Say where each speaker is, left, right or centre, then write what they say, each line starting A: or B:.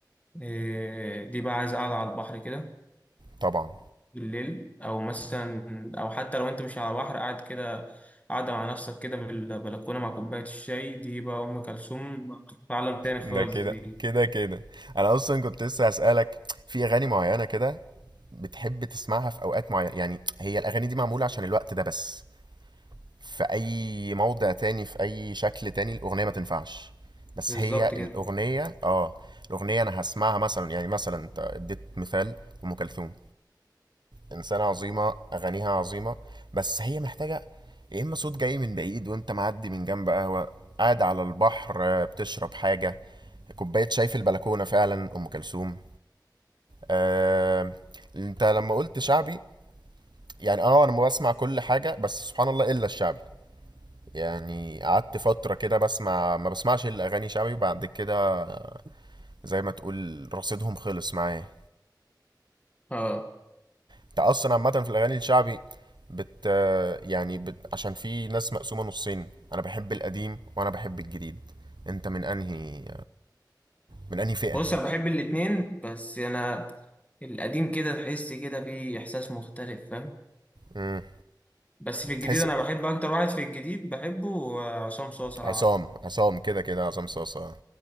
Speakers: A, on the left (about 20°); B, on the right (about 75°).
A: آه، دي بقى عايز قاعده على البحر كده
B: طبعا
A: بالليل او مثلا او حتى لو انت مش على بحر قاعد كده قاعدة مع نفسك كده في البلكونة مع كوباية الشاي دي بقى أم كلثوم في عالم تاني خالص
B: ده كده
A: دي
B: كده كده أنا أصلا كنت لسه هسألك في أغاني معينة كده بتحب تسمعها في أوقات معينة يعني هي الأغاني دي معمولة عشان الوقت ده بس في اي موضع تاني في اي شكل تاني الاغنيه ما تنفعش بس
A: بالظبط
B: هي
A: كده
B: الاغنيه اه الاغنيه انا هسمعها مثلا يعني مثلا انت اديت مثال ام كلثوم انسانه عظيمه اغانيها عظيمه بس هي محتاجه يا اما صوت جاي من بعيد وانت معدي من جنب قهوه قاعد على البحر آه، بتشرب حاجه كوبايه شاي في البلكونه فعلا ام كلثوم آه، انت لما قلت شعبي يعني اه انا بسمع كل حاجه بس سبحان الله الا الشعبي يعني قعدت فترة كده بسمع ما بسمعش إلا أغاني شعبي وبعد كده زي ما تقول رصيدهم خلص معايا
A: اه
B: أنت أصلا عامة في الأغاني الشعبي بت يعني بت... عشان في ناس مقسومة نصين أنا بحب القديم وأنا بحب الجديد أنت من أنهي من أنهي فئة؟
A: بص أنا بحب الاتنين بس أنا القديم كده تحس كده فيه إحساس مختلف فاهم
B: امم
A: بس في الجديد
B: تحس
A: أنا بحب أكتر واحد في الجديد بحبه آه، عصام صوصة لو
B: عصام
A: عارفه
B: عصام كده كده عصام صاصة